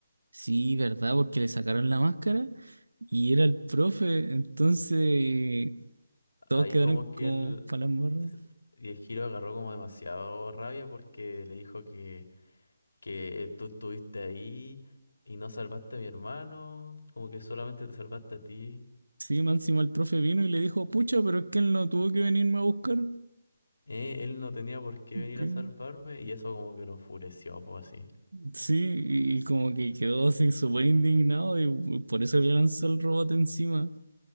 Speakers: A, on the right; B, on the left.
A: Sí, ¿verdad? Porque le sacaron la máscara y era el profe. Entonces, todos
B: Ahí
A: quedaron
B: como que
A: como
B: el,
A: para las morras.
B: se- y el Giro agarró como demasiado rabia porque le dijo que, que tú estuviste ahí y no salvaste a mi hermano, como que solamente te salvaste a ti.
A: Sí, más encima el profe vino y le dijo, pucha, pero es que él no tuvo que venirme a buscar.
B: Eh, él no tenía por qué venir
A: Que-
B: a salvarme y eso como que lo enfureció, pues así.
A: Sí, y, y como que quedó así súper indignado y bu- por eso le lanzó el robot encima.